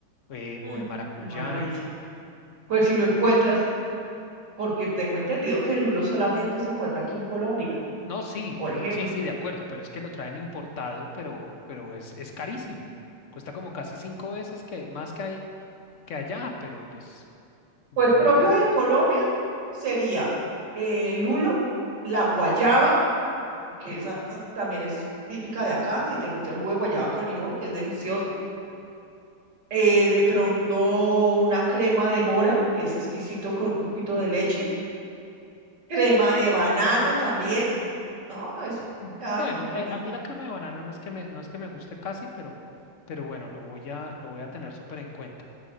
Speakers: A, on the left; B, on the right.
A: eh,
B: Mm,
A: o de maracuyá.
B: qué maravilla. Pues si lo encuentras, porque tengo entendido que el lulo solamente se encuentra aquí en Colombia,
A: No, sí,
B: por
A: de-
B: ejemplo.
A: sí, sí, de acuerdo, pero es que lo traen importado, pero, pero es, es carísimo. Cuesta como casi cinco veces que más que, hay- que allá, pero pues... De
B: Pues
A: yo
B: propio
A: definit-
B: de Colombia sería eh, el lulo, la guayaba, que esa también es típica de acá, si te gusta el jugo de guayaba con limón, que es delicioso. Eh, de pronto una crema de mora, que es exquisito con un poquito de leche. Crema de banano también, No, eso.
A: Bueno,
B: Ay, Juan Camilo.
A: eh, a mí la crema de banano no es que me, no es que me guste casi, pero, pero bueno, lo voy a, lo voy a tener súper en cuenta.